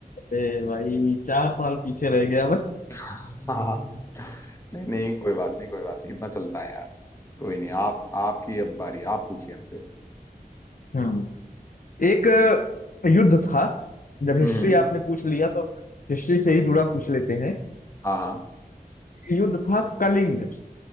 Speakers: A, on the left; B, on the left.
A: ए भाई चार साल पीछे रह गया मैं
B: <laughs> हाँ नहीं नहीं कोई बात नहीं कोई बात नहीं इतना चलता है यार कोई नहीं आप आपकी अब बारी आप पूछिए हमसे
A: हम्म। एक युद्ध था जब हिस्ट्री
B: हम्म
A: आपने पूछ लिया तो हिस्ट्री से ही जुड़ा पूछ लेते हैं
B: हाँ हाँ
A: युद्ध था कलिंग